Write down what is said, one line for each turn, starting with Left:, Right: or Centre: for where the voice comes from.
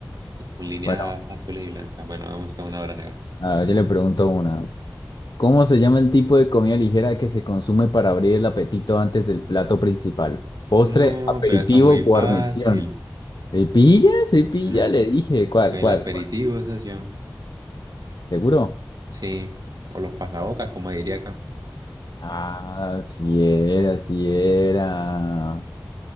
Right: y Con líneas
Left: Bueno,
Right: azules y blancas. Bueno, vamos a una hora negra.
Left: a ver, yo le pregunto una. ¿Cómo se llama el tipo de comida ligera que se consume para abrir el apetito antes del plato principal? Postre,
Right: No,
Left: aperitivo,
Right: pero está muy
Left: guarnición.
Right: fácil.
Left: ¿Se pilla? ¿Se pilla?
Right: No.
Left: Le dije. ¿Cuál,
Right: Pues
Left: cuál,
Right: el aperitivo,
Left: cuál?
Right: socio.
Left: ¿Seguro?
Right: Sí. O los pasabocas, como diría acá.
Left: Ah, sí era, sí era.